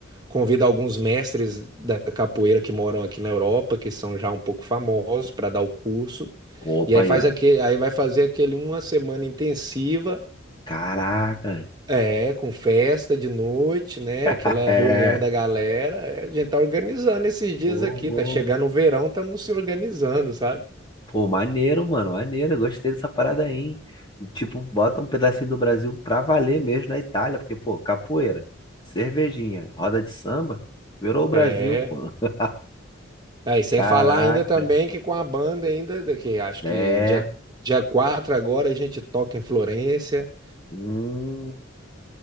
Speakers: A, on the right (about 20°); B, on the left (about 25°).
A: convida alguns mestres da capoeira que moram aqui na Europa, que são já um pouco famosos, para dar o curso.
B: Opa
A: E aí
B: aí,
A: faz
B: ó.
A: aquele, aí vai fazer aquele uma semana intensiva,
B: Caraca.
A: é, com festa de noite, né?
B: <laughs>
A: Aquela
B: É,
A: reunião da galera. É, A gente tá organizando esses dias
B: pô,
A: aqui, tá chegando o verão, estamos se organizando, sabe?
B: Pô, maneiro, mano, maneiro. Eu gostei dessa parada aí. hein? E, tipo, bota um pedacinho do Brasil pra valer mesmo na Itália, porque, pô, capoeira, cervejinha, roda de samba, virou o Brasil,
A: É.
B: pô. <laughs>
A: É, e sem
B: Caraca.
A: falar ainda também que com a banda ainda, que acho
B: É.
A: que dia, dia 4 agora a gente toca em Florência,
B: Hum,